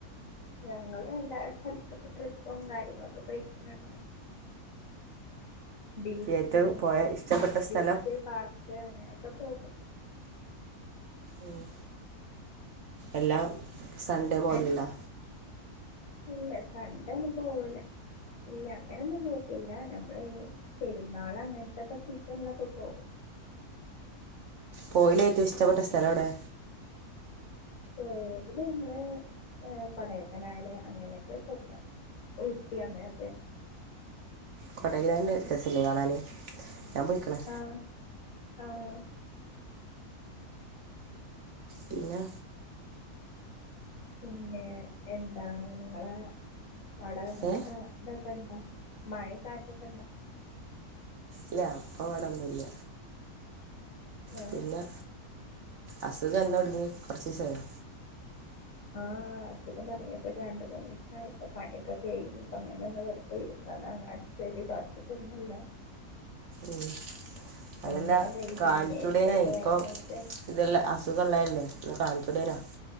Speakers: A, on the left; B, on the right.
A: ഞങ്ങള് എല്ലാ സൽത്ത്ക്കും ട്രിപ്പും കാര്യങ്ങളൊക്കെ പോയിക്കുന്നന്ന് ബീച്ച്
B: ഏറ്റവും പോയ ഇഷ്ടപ്പെട്ട
A: ബീച്ച്
B: സ്ഥലം
A: പാർക്ക് അങ്ങനൊക്കെ പോകും.
B: ഉം എല്ലാം സൺ‌ഡേ ഓളിഡാ
A: ഏ ഇല്ല സൺ‌ഡേന്നും പോവൂല. ഇല്ല അങ്ങനൊന്നും പോക്കില്ല. നമ്മള് ഈ പെരുന്നാള് അങ്ങൻത്തൊക്കെ സീസണിലൊക്കെ പോകും.
B: പോയിലേറ്റവും ഇഷ്ടപ്പെട്ട സ്ഥലൗടെ.
A: പോയതില് ഞങ്ങള് ഏ കൊടൈക്കനാല് അങ്ങനെയൊക്കെ പോക്കാണ്. ഊട്ടി അങ്ങനൊക്കെ
B: കൊടൈക്കനാല് രസല്ലെ കാണാന്. ഞാൻ പോയിക്ക്ണ്.
A: ആഹ് ആഹ്
B: ട്ടില്ല
A: പിന്നെ എന്താണ് നിങ്ങളെ അടെ നല്ലക്ക
B: ഏ
A: ഇതൊക്കെ ഇണ്ടോ മഴയും കാറ്റൊക്കെ ഇണ്ടോ.
B: ഇല്ല അപ്പ ഇവിടൊന്നുല്ല
A: ഏ
B: പിന്നെ അസുഖം എന്ന് തൊടങ്ങി. കൊറ്ച്ചീസായോ?
A: ആഹ് അസുഖം തുടങ്ങിയിപ്പൊ രണ്ടു മൂന്നീസായി. ഇപ്പ പണിയൊക്കെ കഴിഞ്ഞ് ഇപ്പ ഇങ്ങനെ ഒന്ന് വെറുതെ ഇരുന്നതാ അ ശെരി തൊട്ച്ചിട്ടൊന്നു ഇല്ല.
B: ഉം അതെല്ല
A: ഒന്നിനും വയ്യേ.
B: കാണിച്ചൂടേന്യാെ
A: മേല് കയ്യൊക്കെ
B: ഇപ്പം
A: വേദനായിട്ട്
B: ഇതുള്ള അസുഖ ഇള്ളതല്ലേ ഒന്ന് കാണിച്ചൂടേന്നോ?